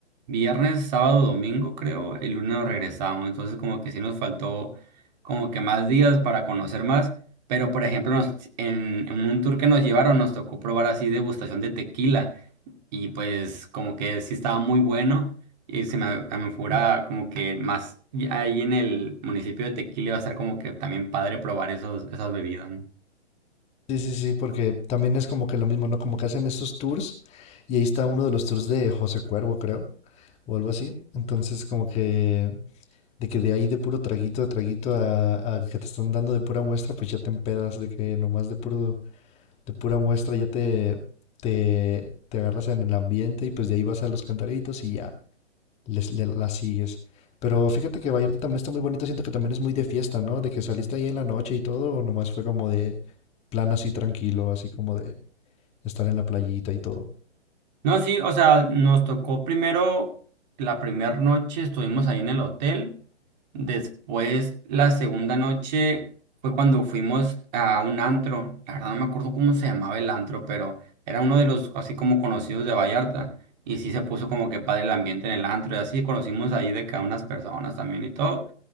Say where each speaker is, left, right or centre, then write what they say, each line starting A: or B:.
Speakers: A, on the right; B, on the left.
A: viernes, sábado, domingo creo, el lunes nos regresamos, entonces como que sí nos faltó como que más días para conocer más, pero, por ejemplo, nos- en, en un tour que nos llevaron nos tocó probar así degustación de tequila y pues como que sí estaba muy bueno y se me, a mí fuera como que más y ahí en el municipio de Tequila iba a ser como que también padre probar esos, esas bebidas, ¿no?
B: sí, sí, sí, porque también es como que lo mismo, ¿no? Como que hacen estos tours y ahí está uno de los tours de José Cuervo, creo, o algo así. Entonces, como que de que de ahí de puro traguito a traguito a, a que te están dando de pura muestra, pues ya te empedas de que nomás de puro de pura muestra ya te, te, te agarras en el ambiente y pues de ahí vas a los cantaritos y ya les, le- la sigues. Pero fíjate que Vallarta también está muy bonito, siento que también es muy de fiesta, ¿no? De que saliste ahí en la noche y todo, o nomás fue como de plan así tranquilo, así como de estar en la playita y todo.
A: No, sí, o sea, nos tocó primero la primera noche, estuvimos ahí en el hotel. Después, la segunda noche fue cuando fuimos a un antro. La verdad no me acuerdo cómo se llamaba el antro, pero era uno de los así como conocidos de Vallarta. Y sí se puso como que padre el ambiente en el antro y así conocimos ahí de que a unas personas también y todo.